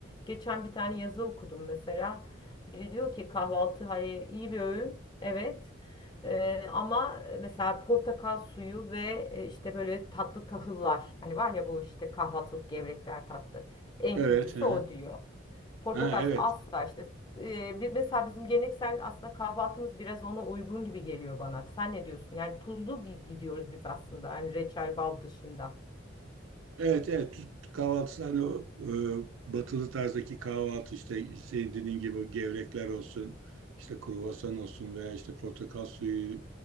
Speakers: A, on the left (about 20°); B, on the right (about 85°).
A: Geçen bir tane yazı okudum mesela. Biri diyor ki kahvaltı hani iyi bir öğün. Evet. Ee, ama mesela portakal suyu ve e, işte böyle tatlı tahıllar. Hani var ya bu işte kahvaltılık gevrekler tatlı. En
B: Evet,
A: kötüsü
B: hı hı.
A: o diyor. Portakal
B: Ha, evet.
A: suyu asla işte. Ee, bir- mesela bizim geleneksel aslında kahvaltımız biraz ona uygun gibi geliyor bana. Sen ne diyorsun? Yani tuzlu gi- gidiyoruz biz aslında. Hani reçel bal dışında.
B: Evet evet Türk kahvaltısı hani o e, batılı tarzdaki kahvaltı işte senin dediğin gibi o gevrekler olsun işte kruvasan olsun veya işte portakal suyu